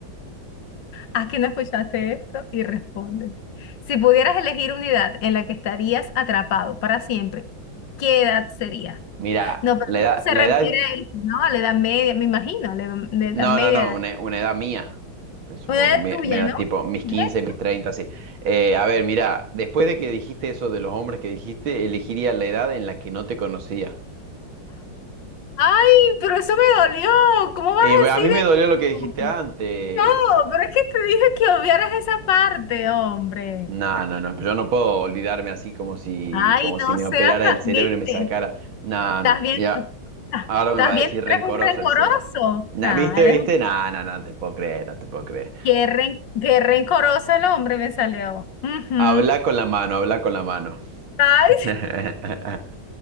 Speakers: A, on the left; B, on the right.
A: Aquí no escuchaste esto y responde. Si pudieras elegir unidad en la que estarías atrapado para siempre, ¿qué edad sería?
B: Mira,
A: No, pero
B: la edad,
A: no se
B: la
A: refiere
B: edad...
A: a eso, ¿no? A la edad media, me imagino, a la edad de edad
B: No,
A: media.
B: no, no, una, una edad mía, eh, supongo,
A: Una edad
B: mi,
A: tuya,
B: me da
A: ¿no?
B: tipo mis 15,
A: ¿Es eso?
B: mis 30, así. Eh, a ver, mira, después de que dijiste eso de los hombres que dijiste, elegiría la edad en la que no te conocía.
A: Ay, pero eso me dolió. ¿Cómo vas
B: Eh,
A: a decir
B: a mí me
A: eso?
B: dolió lo que dijiste antes.
A: No, pero es que te dije que obviaras esa parte, hombre.
B: No, no, no, pero yo no puedo olvidarme así como si,
A: Ay,
B: como
A: no
B: si me
A: seas,
B: operara
A: tan-
B: el cerebro
A: ¿viste?
B: y me sacara. No,
A: ¿Estás
B: no,
A: viendo?
B: ya.
A: Ah,
B: Ahora
A: ¿Estás
B: me va
A: viendo?
B: a decir rencoroso
A: Eres un rencoroso.
B: encima. Nah,
A: Ah,
B: ¿viste,
A: eres
B: viste?
A: un
B: No, no, no, no te puedo creer, no te puedo creer.
A: Qué, ren- qué rencoroso el hombre me salió. Ujú.
B: Habla con la mano, habla con la mano.
A: Ay,
B: <laughs>